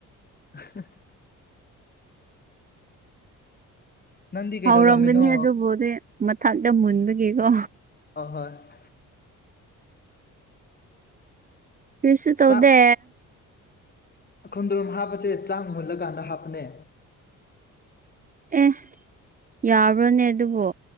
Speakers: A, on the left (about 30°); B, on the right (about 25°).
A: ꯎ <inaudible> ꯅꯪꯗꯤ ꯀꯩꯗꯧꯔꯝꯃꯤꯅꯣ
B: ꯍꯧꯥꯎꯔꯝꯒꯅꯤ ꯑꯗꯨꯕꯨꯗꯤ ꯃꯊꯡꯇ ꯃꯨꯟꯕꯒꯤꯀꯣ꯫
A: ꯑ ꯍꯣꯏ <inaudible>
B: ꯀꯔꯤꯁꯨ
A: ꯆꯥꯛ
B: ꯇꯧꯗꯦ
A: ꯈꯣꯡꯗ꯭ꯔꯨꯝ ꯍꯥꯞꯄꯁꯦ ꯆꯥꯛ ꯃꯨꯜꯂꯀꯥꯟꯗ ꯍꯥꯞꯄꯅꯦ
B: ꯑꯦ ꯌꯥꯕ꯭ꯔꯣꯅꯦ ꯑꯗꯨꯕꯨ